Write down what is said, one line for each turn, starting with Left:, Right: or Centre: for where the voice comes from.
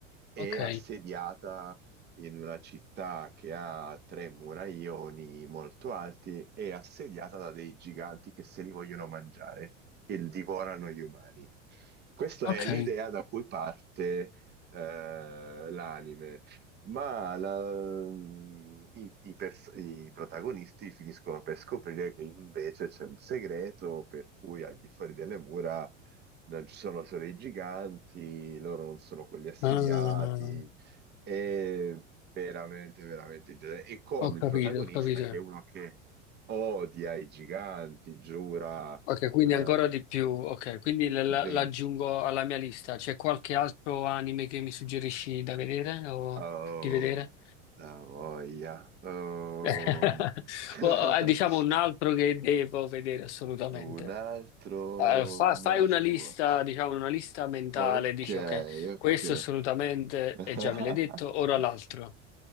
Right: e
Left: Ok,
Right: assediata in una città che ha tre muraioni molto alti e assediata da dei giganti che se li vogliono mangiare, che divorano gli umani. Questa
Left: ok.
Right: è l'idea da cui parte eh, l'anime ma la- mm, i, i pers- i protagonisti finiscono per scoprire che invece c'è un segreto per cui al di fuori delle mura non ci sono solo i giganti, loro non sono quelli assediati,
Left: Ah,
Right: è veramente, veramente interessante. E con
Left: ho
Right: il
Left: capito,
Right: protagonista
Left: ho capito.
Right: che è uno che odia i giganti, giura
Left: Ok, quindi
Right: eh,
Left: ancora di più. Ok, quindi l- l-
Right: ven-
Left: l'aggiungo alla mia lista. C'è qualche altro anime che mi suggerisci da vedere o
Right: Oh,
Left: di vedere?
Right: la voglia. Ehm.
Left: <laughs>
Right: <laughs>
Left: Oh, eh, Diciamo un altro che devo vedere assolutamente.
Right: Un altro
Left: Eh, fa- fai
Right: must
Left: una lista,
Right: watch.
Left: diciamo una lista mentale,
Right: Ok,
Left: dici ok,
Right: ok.
Left: questo assolutamente,
Right: <laughs>
Left: e già me l'hai detto, ora l'altro.